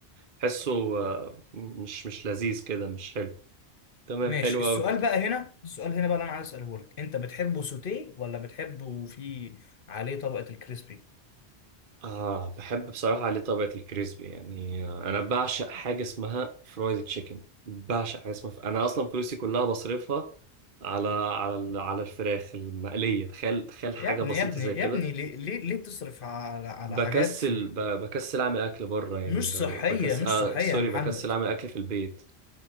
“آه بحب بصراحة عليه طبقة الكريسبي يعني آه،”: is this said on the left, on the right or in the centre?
Right